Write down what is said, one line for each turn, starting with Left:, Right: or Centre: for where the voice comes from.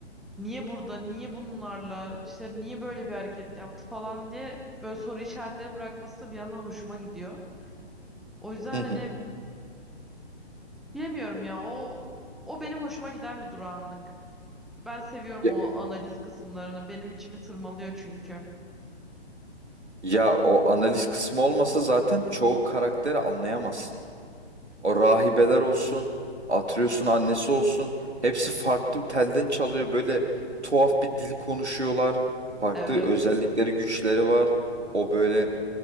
Centre: niye burada, niye bunlarla, işte niye böyle bir hareket yaptı falan diye böyle soru işaretleri bırakması da bir yandan hoşuma gidiyor. O yüzden
Right: Hı hı.
Centre: hani bilemiyorum ya o o benim hoşuma giden bir durağanlık. Ben seviyorum
Right: Ya,
Centre: o analiz kısımlarını. Benim içimi tırmalıyor çünkü.
Right: ya o analiz kısmı olmasa zaten çoğu karakteri anlayamazsın. O rahibeler olsun, Atreus'un annesi olsun. Hepsi farklı telden çalıyor. Böyle tuhaf bir dil konuşuyorlar. Farklı
Centre: Evet.
Right: özellikleri, güçleri var. O böyle